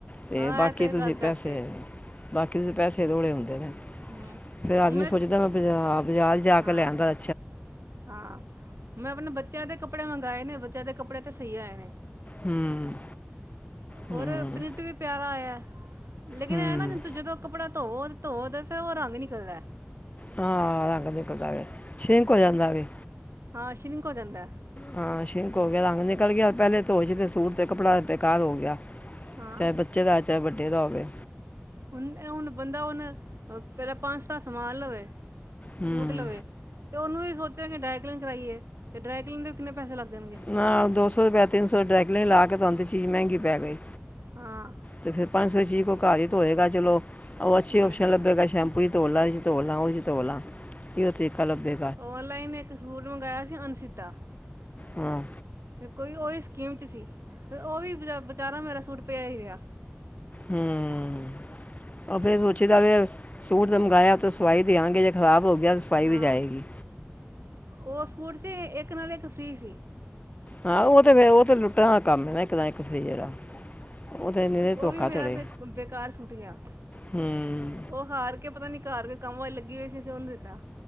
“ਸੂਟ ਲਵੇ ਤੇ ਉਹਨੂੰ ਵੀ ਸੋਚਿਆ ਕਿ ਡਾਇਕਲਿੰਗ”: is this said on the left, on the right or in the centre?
Right